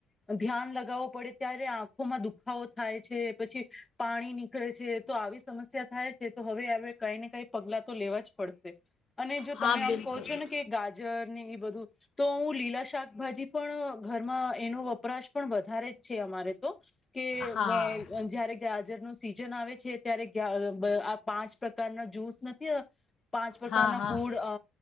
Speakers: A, on the left; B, on the left.
A: ધ્યાન લગાઓ કે. પડે ત્યારે આંખોમાં દુખાવો થાય છે, પછી પાણી નીકળે છે તો આવી સમસ્યા થાય છે તો હવે અવે કઈ ને કઈ પગલા તો લેવા જ પડશે. અને જો
B: હા
A: તમે
B: બિલકુલ
A: આમ કહો છો ને કે ગાજર ને એ બધું તો હું લી લા શાકભાજી પણ ઘરમાં એનો વપરાશ પણ વધારે જ છે અમારે તો. કે
B: હા
A: બ અ જ્યારે ગાજર નું સીઝન આવે છે ત્યારે ગા અ બ પાંચ પ્ર કારના જૂસ નથી પાંચ પ્રકારના
B: હા હા
A: ફૂડ અ